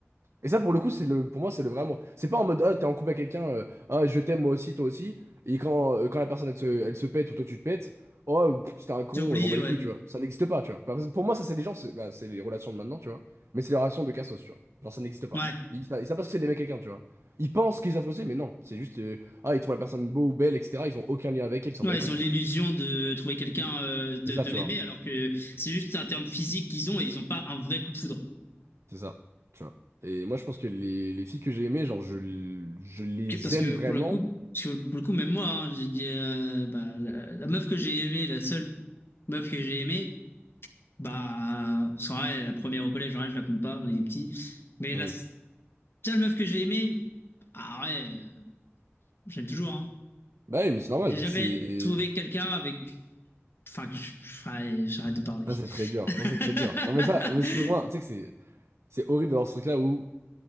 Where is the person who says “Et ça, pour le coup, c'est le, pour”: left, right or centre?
Right